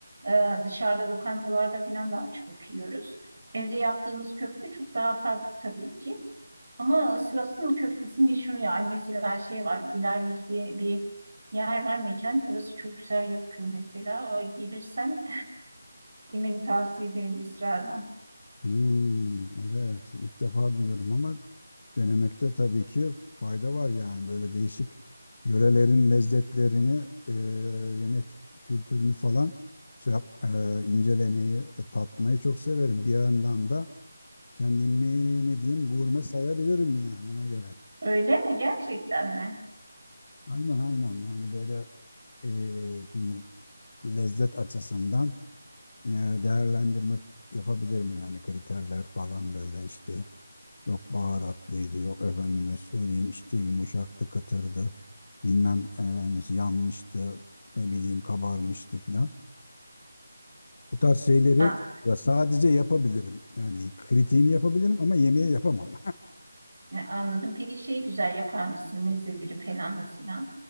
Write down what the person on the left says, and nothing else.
Hmm, evet ilk defa duyuyorum ama denemekte tabii ki fayda var yani böyle değişik yörelerin lezzetlerini e, yemek kültürünü falan şey yap- e, incelemeyi e, tatmayı çok severim. Bir yandan da Kendimi ne diyeyim gurme sayabilirim yani ona göre.
Aynen aynen yani böyle eee, hani lezzet açısından eee, değerlendirme yapabilirim yani kriterler falan böyle işte yok baharatlıydı yok efendime söyleyeyim işte yumuşaktı kıtırdı bilmem efendim yanmıştı ne bileyim kabarmıştı filan. Bu tarz şeyleri
ya sadece yapabilirim yani kritiğini yapabilirim ama yemeği yapamam.